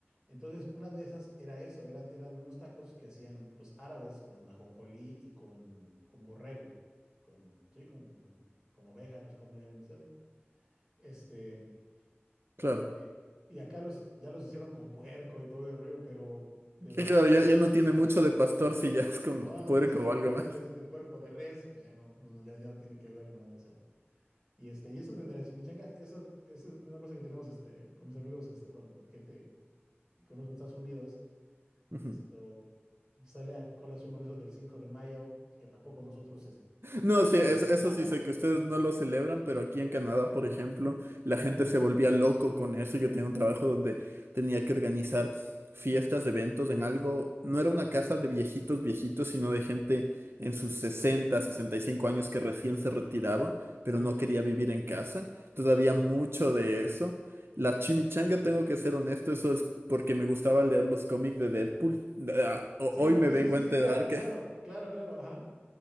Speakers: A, on the right; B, on the right.
A: Entonces, una de esas era eso, eran, eran unos tacos que hacían los árabes con ajonjolí y con, con borrego, con, sí, con, con, con oveja, no sé cómo le llaman ustedes. Este,
B: claro.
A: eh, y acá los, ya los hicieron con puerco y todo el rollo, pero, pero
B: Que claro, ya, ya no tiene mucho de pastor si ya es con
A: No, no, no,
B: puerco
A: pues sí, imagínense
B: o algo más.
A: eso de puerco, de res, pues ya no, no, no, ya, ya no tiene que ver, ¿no? O sea, y este, y eso de, de la chimichanga, eso, eso es una cosa que tenemos este, con mis amigos, este, bueno, la gente que conozco en Estados Unidos,
B: Ujú.
A: esto sale a colación con eso del 5 de mayo, que tampoco nosotros es-
B: No, sí, es-
A: celebramos.
B: eso sí sé que ustedes no lo celebran, pero aquí en Canadá, por ejemplo, la
A: Ujú,
B: gente se volvía loco con eso. Yo tenía un trabajo donde tenía que organizar fiestas, eventos en algo. No era una casa de viejitos, viejitos, sino de gente en sus sesenta, sesenta y cinco años que recién se retiraba, pero
A: Sí,
B: no quería vivir en casa. Entonces
A: sí,
B: había mucho de eso. La
A: sí.
B: chimichanga, tengo que ser honesto, eso es porque me gustaba leer los cómics de Deadpool. Ah, ho-
A: Sí,
B: Hoy me
A: sí,
B: vengo
A: sí, sí,
B: a enterar
A: sí, claro, claro,
B: que
A: claro, claro, ajá.